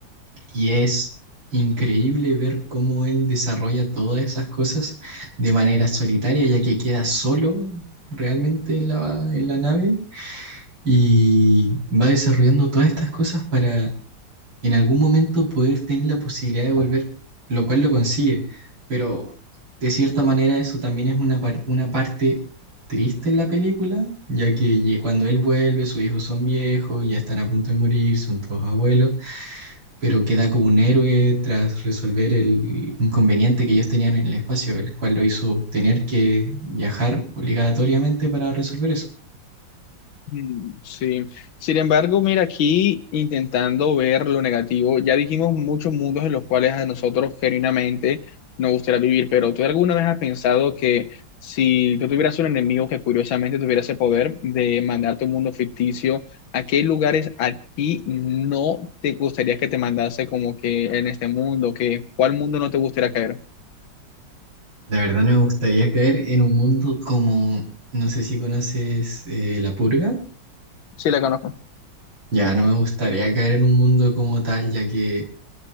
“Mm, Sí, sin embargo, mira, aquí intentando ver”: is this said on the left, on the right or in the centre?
Left